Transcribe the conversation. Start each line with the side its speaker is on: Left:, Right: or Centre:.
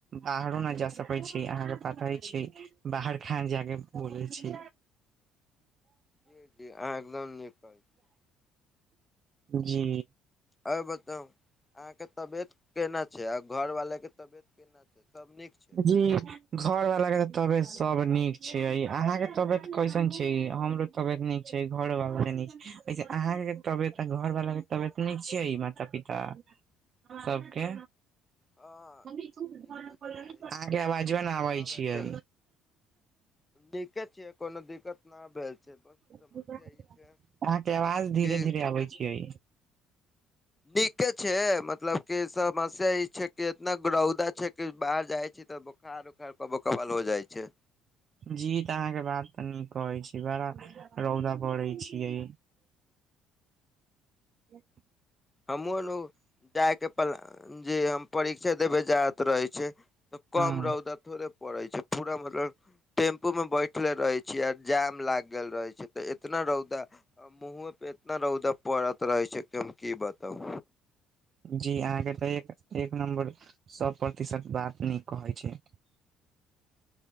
Right: बाहरो नैय जा सकै छी आहाँ के पताय छैय। बाहर खान जा क बोलै छी।
Left: जी-जी आहाँ एकदम नीक कहै छी
Right: जी।
Left: और बताउ आहाँ के तबेत केना छै? आ घर वाला के तबेयत केना छै? सब नीक छै?
Right: जी घर वला के त तबेयत सब नीक छै ई अहां के तबेयत कैसन छी? हमरो तबेत नीक छै। घरो बला के नीक छै। इजे आहाँ के तबेत आ घर वला के तबेत नीक छै? माता-पिता ताऽ सब के?
Left: हँ
Right: मम्मी तु जे
Left: नीके
Right: घरल
Left: छियै
Right: परल रहीं, अहां
Left: कोनो
Right: के आवाजो
Left: दिक्कत
Right: नैय
Left: तऽ
Right: आबैय
Left: नहि भेल
Right: छीयै।
Left: छै नीके छियै, कोनो दिक्कत नहि भेल छै बस समस्या
Right: <inaudible>
Left: ई छै
Right: अहाँ के आवाज धीरे
Left: कि
Right: -धीरे आबै छियै।
Left: नीके छै, मतलब की समस्या इ छैय के इतना रौदा छै कि बाहर जाय छी तऽ बोखार उखार बोकबल हो जाय छै।
Right: जी तऽ अहाँ के बात तऽ नीक अछि, बड़ा रौदा पड़ै छियै। एक
Left: हमहुंओ लोग जाय के पला-न जे हम परीक्षे देबे जात रहै छीयै। तऽ
Right: हँ
Left: कम रौदा थोड़े पड़ै छै पूरा मतलब टेम्पू में बैठले रहेै छियै, आ जाम लाग गेल रहे छै, तऽ इतना रौदा आ मुँहो पे एतना रौदा परत रहै छै की हम की बताउ?
Right: जी आहाँ के तऽ एक-एक नम्बर सौ प्रतिशत बात नीक कहै छियै।